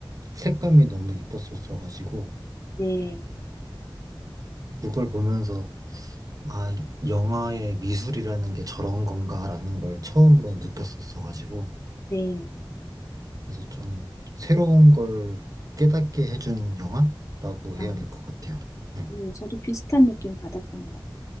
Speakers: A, on the right; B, on the left.
A: 색감이 너무 이뻤었어가지고,
B: 네,
A: 그걸 보면서 아, 영화의 미술이라는 게 저런 건가라는 걸 처음으로 느꼈었어가지고,
B: 네.
A: 그래서 좀 새로운 걸 깨닫게 해준 영화라고
B: 아,
A: 해야 될 것 같아요. 네.
B: 네, 저도 비슷한 느낌 받았던 것 같아요.